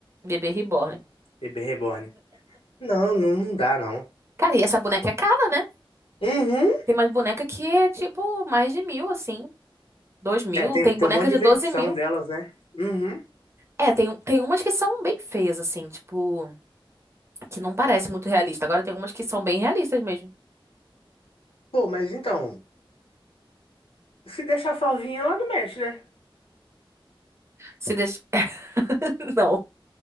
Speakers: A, on the right; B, on the left.
A: bebê reborn.
B: bebê reborn. Não, não, não dá, não.
A: Cara, e essa boneca é cara, né?
B: Uhum.
A: Tem mais boneca que é tipo mais de mil, assim, dois mil.
B: É, tem,
A: Tem
B: tem
A: boneca
B: um monte
A: de
B: de versão
A: doze mil.
B: delas, né? Uhum.
A: É, tem, tem umas que são bem feias, assim, tipo. que não parece muito realista. Agora tem algumas que são bem realistas mesmo.
B: Pô, mas então, se deixar sozinha, ela não mexe, né?
A: Se deixa... <laughs> Não.